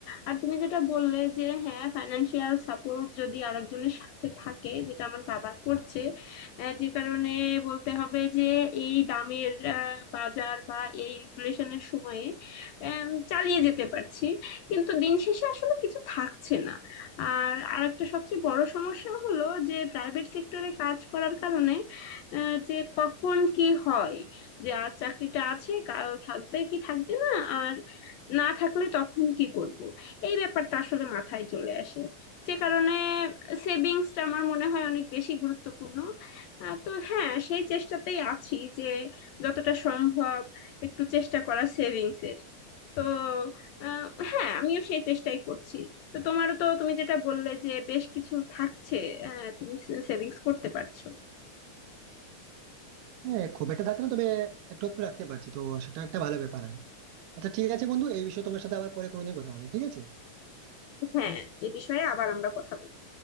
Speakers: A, on the left; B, on the right.
A: আর তুমি যেটা বললে যে হ্যাঁ ফাইনান্সিয়াল সাপোর্ট যদি আরেকজনের সাথে থাকে যেটা আমার বাবা করছে আহ, যে কারণে বলতে হবে যে এই দামের আহ, বাজার বা এই ইনফ্লেশনের সময়ে আম, চালিয়ে যেতে পারছি কিন্তু দিন শেষে আসলে কিছু থাকছে না আর আরেকটা সবচেয়ে বড় সমস্যা হলো যে প্রাইভেট সেক্টরে কাজ করার কারণে আহ, যে কখন কি হয় যে আজ চাকরিটা আছে কাল থাকবে কি থাকবে না আর না থাকলে তখন কি করব এই ব্যাপারটা আসলে মাথায় চলে আসে যে কারণে সেভিংসটা আমার মনে হয় অনেক বেশি গুরুত্বপূর্ণ আহ, তো হ্যাঁ সেই চেষ্টাতেই আছি যে যতটা সম্ভব একটু চেষ্টা করা সেভিংসের তো আহ, হ্যাঁ আমিও সেই চেষ্টাই করছি তো তোমারও তো তুমি যেটা বললে যে বেশ কিছু থাকছে আহ, তুমি সেভিংস করতে পারছো
B: হ্যাঁ খুব একটা থাকছে না তবে একটু একটু রাখতে পারছি তো সেটা একটা ভালো ব্যাপার আচ্ছা ঠিক আছে বন্ধু এই বিষয়ে তোমার সাথে আবার পরে কোনোদিন কথা হবে ঠিক আছে
A: হ্যাঁ এ বিষয়ে আবার আমরা কথা বলবো